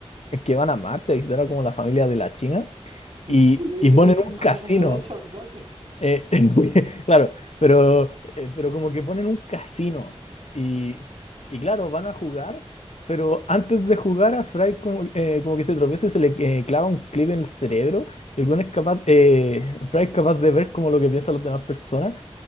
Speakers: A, on the left; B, on the right.
A: que van a Marte a visitar a como la familia de la China
B: Sí,
A: y,
B: sí, y ahí
A: y
B: tenés
A: ponen
B: tres
A: un
B: como
A: casino,
B: cucarachas vacas.
A: eh, <laughs> claro, pero, eh, pero como que ponen un casino y, y claro, van a jugar, pero antes de jugar a Fry como, eh, como que se tropieza y se le eh, clava un clip en el cerebro. El weón es capaz, eh, Fry es capaz de ver como lo que piensan las demás personas